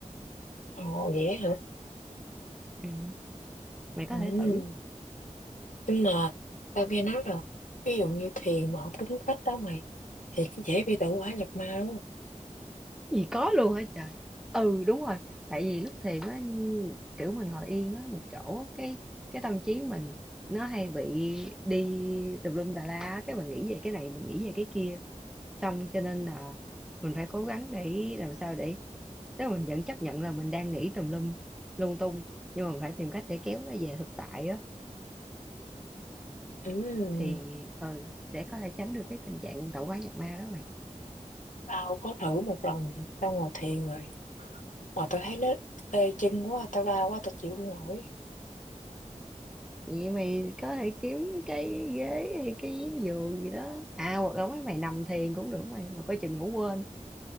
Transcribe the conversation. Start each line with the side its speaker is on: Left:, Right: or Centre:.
Left: Ồ vậy hả?
Centre: Ừm, mày có
Left: Ừ.
Centre: thể thử.
Left: Nhưng mà tao nghe nói là ví dụ như thiền mà không đúng cách đó mày thì cái dễ bị tẩu hỏa nhập ma đúng không?
Centre: Gì có luôn hả trời? Ừ, đúng rồi, tại vì lúc thiền á, kiểu, mình ngồi yên á, một chỗ á, cái cái tâm trí mình nó hay bị đi tùm lum tà la á, cái mình nghĩ về cái này, mình nghĩ về cái kia, xong cho nên là mình phải cố gắng để làm sao để nếu mình vẫn chấp nhận là mình đang nghĩ tùm lum lung tung nhưng mà mình phải tìm cách để kéo nó về thực tại á
Left: Ừ.
Centre: thì ừ, sẽ có thể tránh được cái tình trạng tạo hóa nhập ma đó mày
Left: Tao có thử một lần tao ngồi thiền rồi mà tao thấy nó tê chân quá, tao đau quá, tao chịu không nổi.
Centre: vậy mày có thể kiếm cái ghế hay cái giường gì đó à hoặc là mấy mày nằm thiền cũng được mày mà coi chừng ngủ quên